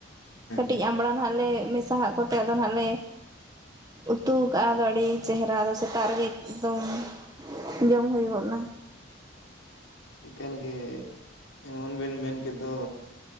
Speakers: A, on the right; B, on the left.
A: ᱠᱟᱹᱴᱤᱡ
B: ᱦᱮᱸ
A: ᱟᱢᱲᱟ ᱱᱟᱦᱟᱸᱜ ᱞᱮ ᱢᱮᱥᱟ ᱦᱟᱸᱜ ᱠᱚᱛᱮ ᱟᱫᱚ ᱦᱟᱸᱜ ᱞᱮ ᱩᱛᱩ ᱠᱟᱜ-ᱟ ᱟᱫᱚ ᱟᱹᱰᱤ ᱪᱮᱦᱨᱟ ᱟᱫᱚ ᱥᱮᱛᱟᱜ ᱨᱮᱜᱮ ᱮᱫᱚᱢ᱾ ᱡᱚᱢ ᱦᱩᱭ ᱜᱚᱫ ᱱᱟ᱾
B: ᱤᱠᱟᱹᱱ ᱜᱮ ᱮᱢᱚᱱ ᱵᱮᱱ ᱢᱮᱱ ᱠᱮᱫ ᱫᱚ᱾